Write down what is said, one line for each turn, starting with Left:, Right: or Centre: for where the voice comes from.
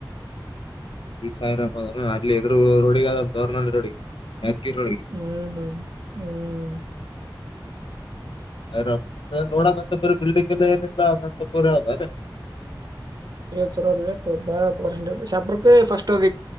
Left: ಈಗ ಸಾವಿರ ಅಬದ ಅಲ್ಲಿ ಎದುರು ರೋಡಿ ಅದ ದೋರ್ನ ರೋಡಿ ಯ್ಕಿ ರೋಡಿ.
Right: ಹ್ಮ್ ಹ್ಮ್
Left: ಆರಾಮ್ ನೋಡ ನನಂತಪುರ ಬಿಲ್ಡಿಂಗ್ ಎಲ್ಲ ಏನಿಲ್ಲ ಅನಂತಪುರ ಅಲೆ.
Right: ಹೆ ಚಲೋ ಇದೆಯಪ ಬಾಳ್ ಪರ್ಸೆಟಜ್ ಶಾಪುರಕ್ಕೆ ಫಸ್ಟ್ ಅದ